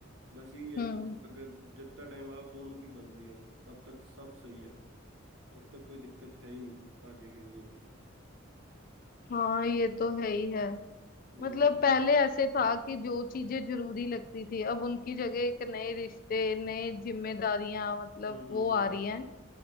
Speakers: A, on the right; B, on the left.
A: बस यही है
B: हम्म
A: कि अगर जितना टाइम आप दोनों की बन रही है तब तक सब सही है तब तक कोई दिक्कत है ही नहीं आगे के लिए भी
B: हाँ ये तो है ही है
A: हम्म
B: मतलब पहले ऐसे था कि जो चीजें जरूरी लगती थी अब उनकी जगह एक नए रिश्ते नए जिम्मेदारियां मतलब
A: हम्म
B: वो
A: हम्म हम्म
B: आ रही हैं